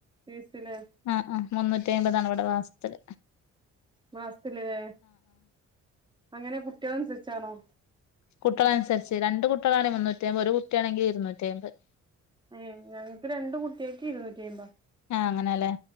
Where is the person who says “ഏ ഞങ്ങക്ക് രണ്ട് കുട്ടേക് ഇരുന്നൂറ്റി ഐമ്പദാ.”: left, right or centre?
Right